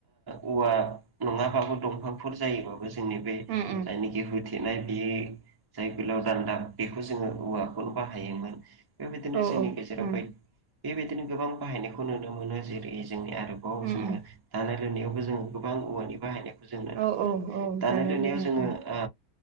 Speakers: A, on the right (about 25°); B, on the right (about 80°).
A: ओ औवा नङाबाबो दंफांफोर जायोबाबो जोंनि बे
B: उम उम
A: जायनाखि <unintelligible> बेयो जाय गोलाव दान्दा बेखौ जोङो औवाखौनो बाहायोमोन बेबायदिनो
B: औ
A: जोंनि
B: औ उम
A: गेजेराव बेबायदिनो गोबां बाहायनायखौ नुनो मोनो जेरै जोंनि आरोबाव
B: उम
A: जोङो
B: उम
A: दानाय लुनायावबो जोङो गोबां औवानि बाहायनायखौ जोंङो
B: औ औ औ
A: दानाय लुनायाव
B: लुनाय
A: जोङो
B: उम
A: ओ